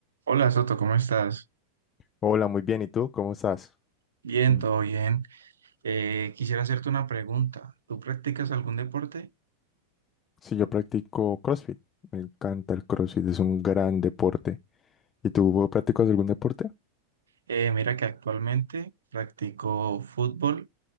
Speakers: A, on the right; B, on the left.
A: Hola Soto, ¿cómo estás?
B: Hola, muy bien. ¿Y tú? ¿Cómo estás?
A: Bien,
B: Mm,
A: todo bien. Eh, quisiera hacerte una pregunta. ¿Tú practicas algún deporte?
B: Sí, yo practico CrossFit. Me encanta el CrossFit, es un gran deporte. ¿Y tú practicas algún deporte?
A: Eh, mira que actualmente practico fútbol